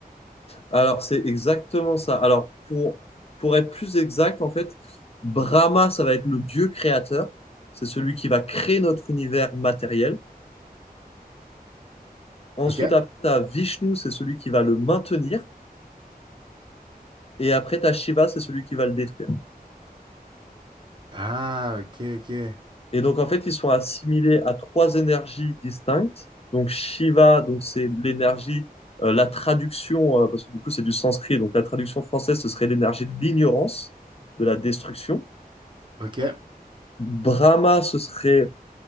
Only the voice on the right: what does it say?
Ok.
Ah, ok, ok.
Ok.